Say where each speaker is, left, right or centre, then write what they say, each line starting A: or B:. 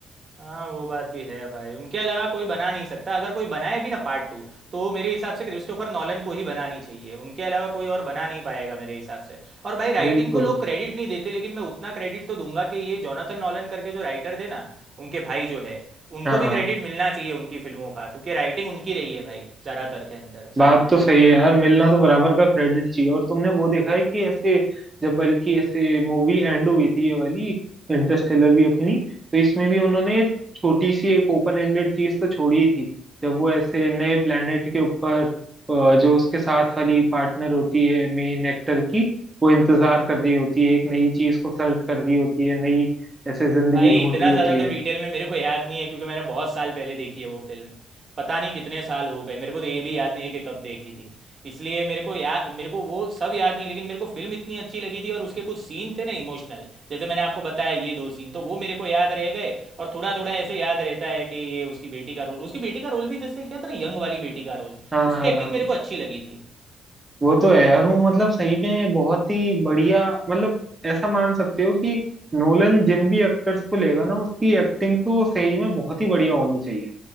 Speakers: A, on the right (about 35°); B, on the right (about 15°).
A: हाँ वो बात भी है भाई उनके अलावा कोई बना नहीं सकता अगर कोई बनाए भी ना पार्ट टू तो मेरे हिसाब से क्रिस्टोफर नॉलन को ही बनानी चाहिए उनके अलावा कोई और बना नहीं पाएगा मेरे हिसाब से और भाई राइटिंग
B: बिल्कुल
A: को लोग क्रेडिट नहीं देते लेकिन मैं उतना क्रेडिट तो दूंगा कि ये जोनाथन नॉलन करके जो राइटर थे ना उनके भाई जो है उनको
B: हाँ
A: भी क्रेडिट
B: हाँ।
A: मिलना चाहिए उनकी फिल्मों का क्योंकि राइटिंग उनकी रही है भाई ज़्यादातर के अंदर साथ
B: बात
A: में
B: तो सही है यार मिलना तो बराबर का क्रेडिट चाहिए और तुमने वो देखा है कि ऐसे जब बल्कि ऐसे मूवी एंड हुई थी ये वाली इंटरस्टेलर भी अपनी तो इसमें भी उन्होंने छोटी सी एक ओपन एंडेड चीज तो छोड़ी ही थी जब वो ऐसे नए प्लेनेट के ऊपर अ, जो उसके साथ वाली पार्टनर होती है मेन एक्टर की वो इंतजार कर रही होती है एक नई चीज को सर्च कर रही होती है नई ऐसे जिंदगी
A: भाई
B: ढूंढ
A: इतना
B: रही
A: ज़्यादा
B: होती
A: तो
B: है
A: डिटेल में मेरे को याद नहीं है क्योंकि मैंने बहुत साल पहले देखी है वो फिल्म पता नहीं कितने साल हो गए मेरे को तो ये भी याद नहीं है कि कब देखी थी इसलिए मेरे को याद मेरे को वो सब याद नहीं लेकिन मेरे को फिल्म इतनी अच्छी लगी थी और उसके कुछ सीन थे ना इमोशनल जैसे मैंने आपको बताया ये दो सीन तो वो मेरे को याद रह गए और थोड़ा थोड़ा ऐसे याद रहता है कि ये उसकी बेटी का रोल उसकी बेटी का रोल भी जिसने किया था ना यंग वाली बेटी का रोल
B: हाँ
A: उसकी
B: हाँ
A: एक्टिंग
B: हाँ
A: मेरे को अच्छी लगी थी
B: वो तो है यार वो मतलब सही में बहुत ही बढ़िया मतलब ऐसा मान सकते हो कि नोलन जिन भी एक्टर्स को लेगा ना उसकी एक्टिंग तो सही में बहुत ही बढ़िया होनी चाहिए